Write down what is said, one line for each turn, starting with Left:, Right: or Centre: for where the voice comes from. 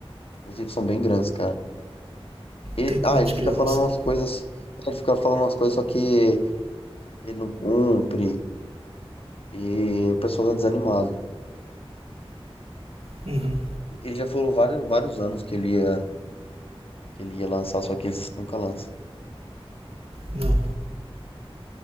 Left: Os livros são bem grandes, cara. Ele,
Right: Tem quantos
Left: ah, ele fica
Right: que já
Left: falando
Right: lançaram?
Left: umas coisas. Ele fica falando umas coisas, só que ele não cumpre. E o pessoal tá desanimado.
Right: Uhum.
Left: Ele já falou vários, vários anos que ele ia, que ele ia lançar, só que ele nunca lança.
Right: Não.